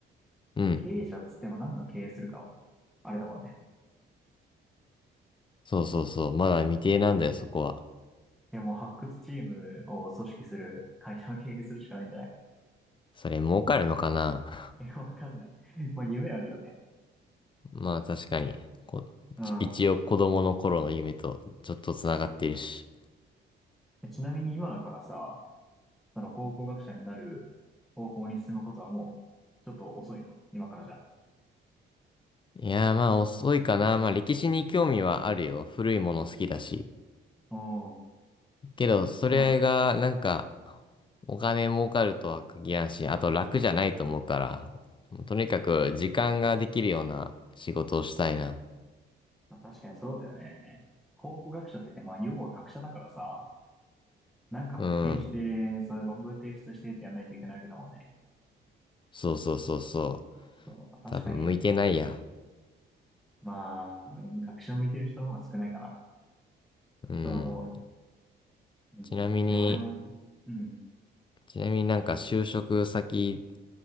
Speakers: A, on the left (about 25°); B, in the centre.
A: うん。
B: 経営者っつっても何の経営するかを、あれだもんね。
A: そうそうそう。まだ未定なんだよ、そこは。
B: いや、もう発掘チームを組織する会社の経営するしかないんじゃない
A: それ儲かるのかな
B: <laughs> いやわかんない。<laughs> まあ、夢あるよね。
A: <laughs> まあ確かに。こ一一応子供の頃の夢とちょっと繋がってるし。
B: うん。ちなみに今だからさ、その考古学者になる方向に進むことはもう、ちょっと遅いの。今からじゃ。
A: いやーまあ遅いかな。まあ歴史に興味はあるよ。古いもの好きだし。
B: おお。
A: けどそれがなんか
B: まあ、
A: お金儲かるとは限らんし、あと楽じゃないと思うから。とにかく時間ができるような仕事をしたいな。
B: まあ確かにそうだよね。考古学者って言って、まあ、要は学者だからさ、なんか発見して、
A: うん。
B: それ論文提出してってやんないといけないわけだもんね。
A: そうそうそうそう。
B: そう、まあ確かに。
A: 多分向いてないや。
B: まあ、学者向いてる人の方が少ないかな、
A: うん。
B: とは思う。うん。
A: ちなみに、
B: ね、俺も、うん。
A: ちなみになんか就職先、